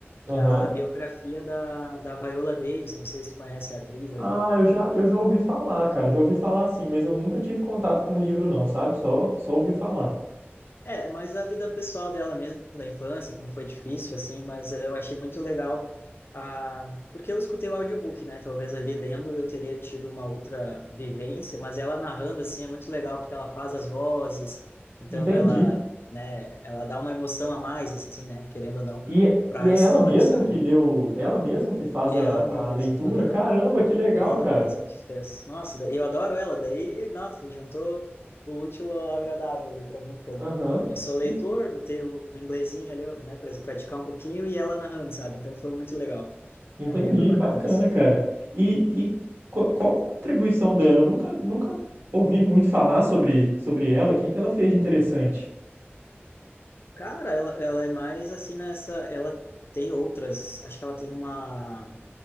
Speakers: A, on the left; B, on the right.
A: que
B: Aham.
A: é a biografia da, da Viola Davis, não sei se tu conhece a atriz ali.
B: Ah, eu já, eu já ouvi falar, cara. Já ouvi falar sim, mas eu nunca tive contato com o livro, não, sabe? Só, só ouvi falar.
A: É, mas a vida pessoal dela mesmo, da infância, como foi difícil, assim, mas eh, eu achei muito legal, a porque eu escutei o audiobook, né? Talvez ali lendo eu teria tido uma outra vivência, mas ela narrando, assim, é muito legal, porque ela faz as vozes, então
B: Entendi.
A: ela, né, ela dá uma emoção a mais, assim, né? Querendo ou não,
B: E,
A: para
B: e
A: a
B: é
A: história,
B: ela mesmo
A: sabe?
B: que leu, ela mesmo que faz
A: Ela
B: a,
A: mesma,
B: a leitura? Caramba, que legal,
A: ela
B: cara.
A: mesma que fez. Nossa, daí- eu adoro ela, daí, nossa, juntou o útil ao agradável ali para mim, porque eu
B: Aham.
A: não sou leitor,
B: E-
A: botei o inglesinho ali, né, para praticar um pouquinho e ela narrando, sabe? Então foi muito legal.
B: Entendi,
A: É um livro bacana,
B: bacana,
A: assim.
B: cara. E, e qual, qual que é a contribuição dela? Eu nunca, nunca ouvi muito falar sobre, sobre ela. O que que ela fez de interessante?
A: Cara, ela, ela é mais assim nessa. Ela tem outras. Acho que ela tem uma.